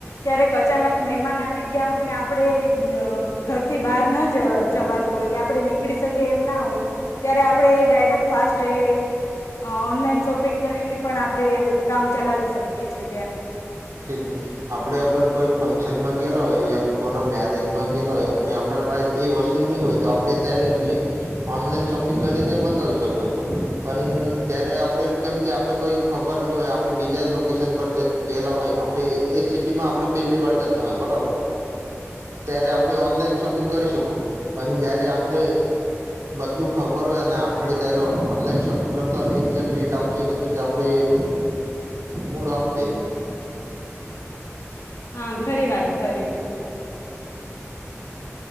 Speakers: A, on the left (about 75°); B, on the right (about 75°).
A: ક્યારેક અચાનક મહેમાન આવી ગયા હોય ને આપણે ઘરથી બહાર ના જ જવાતું હોય કે આપણે નીકળી શકીએ એમ ના હોય ત્યારે આપણે ડાયરેક્ટ ફાસ્ટ એ. ઓનલાઈન શોપિંગ કરીને પણ આપણે કામ ચલાવી શકીએ છીએ ત્યારે.
B: જ આપડે અગર કોઈ ફંક્શન માં ગેલા હોય, યા કોના મેરેજમાં ગે હોય અને આપણા પાસે એ વસ્તુ નહીં હોય, તો આપડે. <inaudible> Online shopping. કરીને મંગાવી શકો. પણ ત્યારે આપડે. કેમ કે આપડે કોઈ ખબર નહીં હોય, આપડે બીજા લોકેશન પર ગેલા હોય. એ સિટી માં આપડે પહેલી વાર જ. જતા હોય બરાબર ત્યારે આપણે ઓનલાઈન શોપિંગ કરી શકું, પણ જયારે આપડે બધું ખબર હોયને આપણે ત્યારે ઓનલાઈન શોપિંગ કરતો અને જ લેટ આવતો હોય તો પછી એ એ મૂડ ઓફ થઈ જાય.
A: હા ખરી વાત કરી તમે.